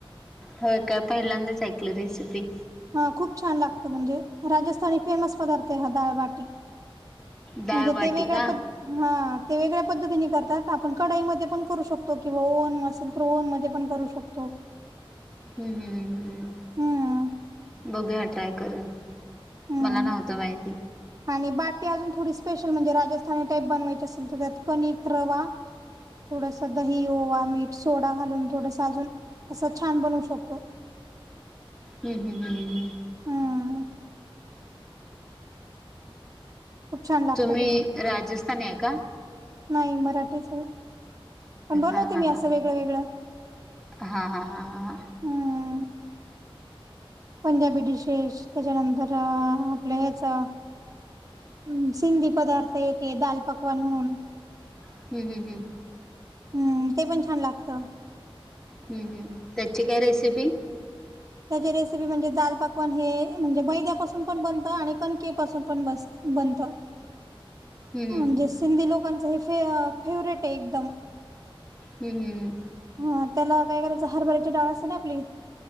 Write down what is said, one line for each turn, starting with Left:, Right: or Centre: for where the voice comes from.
Centre: होय काय पहिल्यांदाच ऐकलं रेसिपी.
Right: हा खूप छान लागतं म्हणजे राजस्थानी फेमस पदार्थ हा दाळबाटी.
Centre: डाळ
Right: म्हणजे
Centre: वाटी
Right: ते वेगळ्या
Centre: का
Right: पद् हा ते वेगळ्या पद्धतीने करतात आपण कडाईमध्ये पण करू शकतो किंवा ओवन असेल तर ओवन मध्ये पण करू शकू फक्त
Centre: हम्म हम्म हम्म हम्म.
Right: हम्म
Centre: बघू या ट्राय करन
Right: हम्म
Centre: मला नव्हतं माहिती.
Right: आणि बाटी अजून थोडी स्पेशल म्हणजे राजस्थानी टाईप बनवायची असेल तर त्यात कणिक रवा थोडसा दही, ओवा, मीठ सोडा घालून थोडसा अजून असं छान बनवू शकतो.
Centre: हम्म हम्म हम्म हम्म.
Right: हां. खूप छान लागतं
Centre: तुम्ही
Right: ते
Centre: राजस्थानी आहे का
Right: नाही मराठीच हे. पण बनवते
Centre: हा हा
Right: मी असं
Centre: हा
Right: वेगळं-वेगळं.
Centre: हा हा हा हा हा.
Right: हम्म पंजाबी डिशेश त्याच्यानंतर आपलं ह्याचा हम्म सिंधी पदार्थ एक आहे दाल पकवान म्हणून
Centre: हम्म हम्म हम्म.
Right: हम्म ते पण छान लागतं.
Centre: हम्म हम्म त्याची काय रेसिपी?
Right: त्याची रेसिपी म्हणजे दाल पकवान हे म्हणजे मैद्या पासून पण बनतं आणि कणके पासून पन्नस बनतं
Centre: हम्म
Right: म्हणजे सिंधी लोकांच हे फेव फेवरेट आहे एकदम.
Centre: हम्म हम्म हम्म.
Right: हा त्याला काय करायचं हरभऱ्याची डाळ असते ना आपली